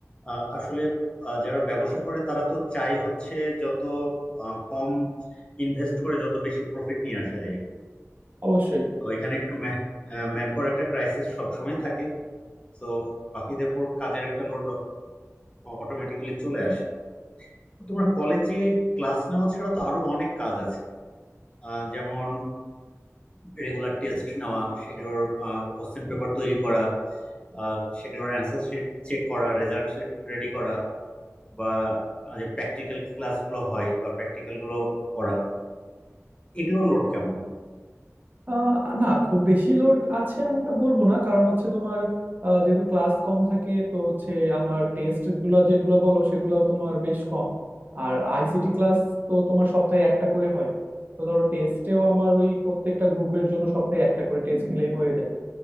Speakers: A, on the left; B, on the right.
A: আহ, আসলে আহ, যারা ব্যবসা করে তারা তো চাই হচ্ছে যত আহ, কম ইনভেস্ট করে যত বেশি প্রফিট নিয়ে আসা যায়
B: অবশ্যই
A: তো এখানে একটা ম্যান পাওয়ার একটা ক্রাইসিস সবসময় থাকে তো বাকিদের পর কাজের একটা লোড অটোমেটিক্যালি চলে আসে তো তোমার কলেজে ক্লাস নেওয়া ছাড়া তো আরো অনেক কাজ আছে আহ, যেমন রেগুলার টেস্ট নেওয়া সেগুলোর কোশ্চেন পেপার তৈরি করা আহ, সেগুলোর অ্যান্সার শিট চেক করা রেজাল্ট শিট রেডি করা বা যে প্র্যাকটিক্যাল ক্লাসগুলো হয় বা প্র্যাকটিক্যাল গুলো করা এগুলোর লোড কেমন
B: আহ, না খুব বেশি লোড আছে এমনটা বলবো না কারণ হচ্ছে তোমার আহ, যেহেতু ক্লাস কম থাকে তো হচ্ছে আমার টেস্ট গুলো যেগুলো বলো সেগুলোও তোমার বেশ কম আর আইসিটি ক্লাস তো তোমার সপ্তাহে একটা করে হয় তো ধরো টেস্টেও আমার ওই প্রত্যেকটা গ্রুপের জন্য সপ্তাহে একটা করে টেস্ট নিলেই হয়ে যায়